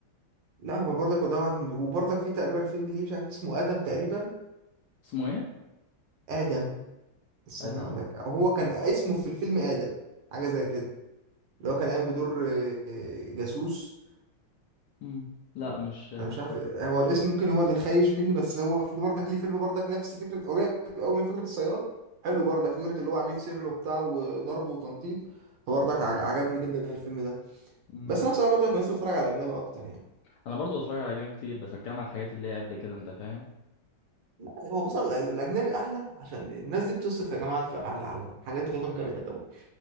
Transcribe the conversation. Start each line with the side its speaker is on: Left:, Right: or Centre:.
Right: لا هو برضك وده واحد من- وبرضك في تقريبا فيلم ليه مش عارف اسمه آدم تقريبا
Left: اسمه ايه
Right: آدم استنى
Left: ادم
Right: اقول لك أو هو كان اسمه في الفيلم آدم حاجة زي كده اللي هو كان قايم بدور آه، آه، جاسوس
Left: مم. لا مش مش
Right: انا مش عارف
Left: فاكره
Right: هو الاسم ممكن هو اللي خايش مني بس هو في برضك ليه فيلم برضك نفس فكرة قريب قوي من فكرة الصياد حلو برضك فكرة اللي هو عميل سري وبتاع وضرب وتنطيط فبرضك عج-
Left: آه.
Right: عجبني جدا الفيلم ده
Left: مم.
Right: بس انا بصراحة برضك نفسي بتفرج على أجنبي اكتر يعني
Left: انا برضو بتفرج على جيم كتير بس بتكلم على الحاجات اللي هي قبل كده انت فاهم
Right: لا، هو بص ال- الاجنبي احلى عشان الناس دي بتصرف يا جماعه في على على الحاجات بتاعتهم جامد قوي